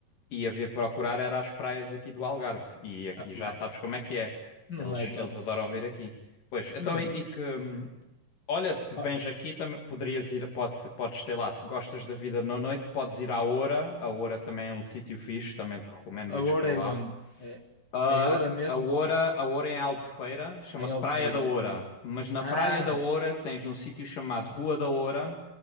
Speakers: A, on the left; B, on the left.
A: e ia vir procurar era as praias aqui do Algarve. E aqui
B: ah, claro,
A: já sabes como é que é.
B: não
A: Eles,
B: dá hipótese,
A: eles adoram vir aqui. Pois, então
B: mas
A: e, e
B: a,
A: que. hum, Olha, se vens
B: a,
A: aqui também poderias ir, podes, podes, sei lá, se gostas da vida na noite, podes ir à Oura. A Oura também é um sítio fixe, também te recomendo ires
B: a Oura
A: para
B: é
A: lá.
B: onde? É,
A: Ah,
B: é Oura mesmo?
A: a, a Oura, a Oura é em Albufeira, chama-se
B: Aí é Albufeira,
A: Praia da Oura.
B: ok.
A: Mas na
B: Ah,
A: Praia da Oura tens um sítio chamado Rua da Oura